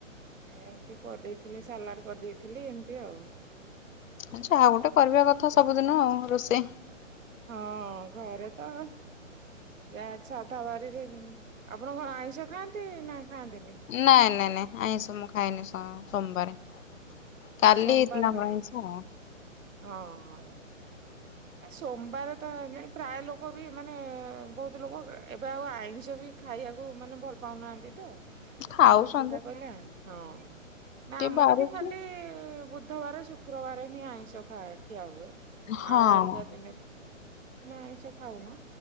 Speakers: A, on the right; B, on the left.
A: ଏମତି କରିଦେଇଥିଲି ସାଲାଡ କରିଦେଇଥିଲି ଏମତି ଆଉ।
B: ଆଚ୍ଛା ଆଉ ଗୋଟେ କରିବା କଥା ସବୁଦିନ ଆଉ। ରୋଷେଇ।
A: ହଁ ଘରେ ତ ଯାହା ସାଧା ବାରିରେ ଆପଣଙ୍କ ଆଇଁଷ ଖାଆନ୍ତି ନା। ଖାଆନ୍ତିନି
B: ନାଇଁ ନାଇଁ ନାଇଁ ଆଇଁସ ମୁଁ ଖାଏନି ସ-ସୋମବାରେ। କାଲି
A: ସୋମବାର
B: ହେଇଥିଲା ଆମର
A: ହଁ
B: ଆଇଁଷ।
A: ହଁ ହଁ। ସୋମବାର ତ ପ୍ରାୟ ଲୋକ ବି ମାନେ ବହୁତ ଲୋକ ଏବେ ଆଉ ଆଇଁଷ ବି ଖାଇବାକୁ ମାନେ ଭଲ ପାଉନାହାନ୍ତି ତ।
B: ଖାଉଛନ୍ତି
A: ମୁଁ ସେଇଟା କହିଲା। ହଁ। ନା
B: କିଏ
A: ଆମର
B: ବାରୁଛି
A: ବି ଖାଲି ବୁ ବୁଧବାର ଶୁକ୍ରବାର ହିଁ ଆଇଁଷ ଖାଏ ଖିଆ ହୁଏ।
B: ହଁ।
A: ଆଉ ଅଲଗା ଦିନେ ଆମେ ଆଇଁଷ ଖାଉନା,